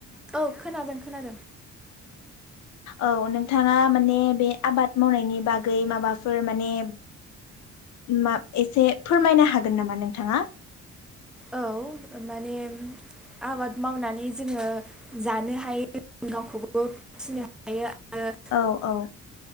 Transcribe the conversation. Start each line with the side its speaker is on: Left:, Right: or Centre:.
Centre: औ खोनादों खोनादों
Left: औ नोंथाङा माने बे आबाद मावनायनि बागै माबाफोर माने मा एसे फोरमायनो हागोन नामा नोंथाङा?
Centre: औ माने आबाद मावनानै जोङो जानो हायो गावखौबो फिनो हायो आरो
Left: औ औ